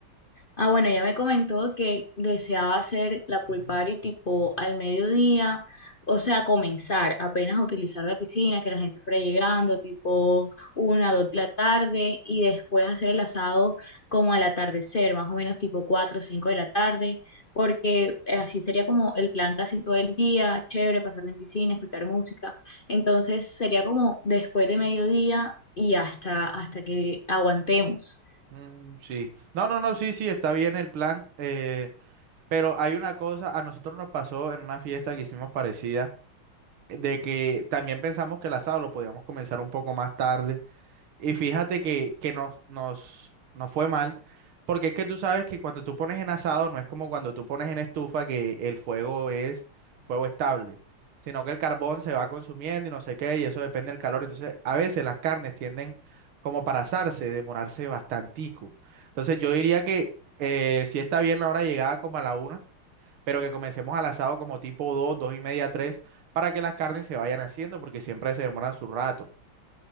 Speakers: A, on the left (about 60°); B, on the right (about 75°).
A: Ah, bueno, ya me comentó que deseaba hacer la pool party tipo al mediodía, o sea, comenzar apenas a utilizar la piscina, que la gente fuera llegando, tipo una, dos de la tarde, y después hacer el asado como al atardecer, más o menos tipo cuatro o cinco de la tarde, porque así sería como el plan casi todo el día, chévere, pasar en piscina, escuchar música. Entonces sería como después de mediodía y hasta, hasta que aguantemos.
B: Mm, sí. No, no, no, sí, sí, está bien el plan. eh, Pero hay una cosa, a nosotros nos pasó en una fiesta que hicimos parecida, eh, de que también pensamos que el asado lo podíamos comenzar un poco más tarde. Y fíjate que, que nos, nos, nos fue mal, porque es que tú sabes que cuando tú pones en asado no es como cuando tú pones en estufa que el fuego es fuego estable, sino que el carbón se va consumiendo y no sé qué, y eso depende del calor. Entonces, a veces las carnes tienden como para asarse, demorarse bastantico. Entonces, yo diría que eh, si está bien la hora de llegada como a la una pero que comencemos al asado como tipo dos 2 y media, tres para que las carnes se vayan haciendo, porque siempre se demoran su rato.